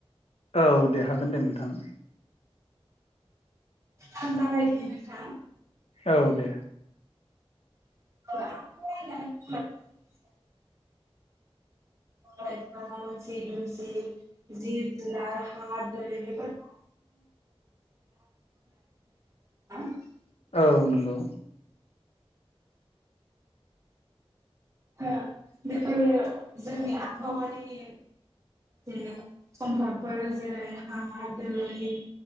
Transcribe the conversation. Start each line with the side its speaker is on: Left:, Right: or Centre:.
Left: औ दे हागोन दे नोंथां
Right: आं जागायदिनि नोंथां
Left: औ दे
Right: <unintelligible> बिफां लाइफा मानसि दुमसि जिब जुनार हा दै बेफोरखौ <unintelligible>
Left: औ नंगौ
Right: ओ बेफोरनो जोंनि आबहावानि जे सम्पदफोर जेरै हा, दै,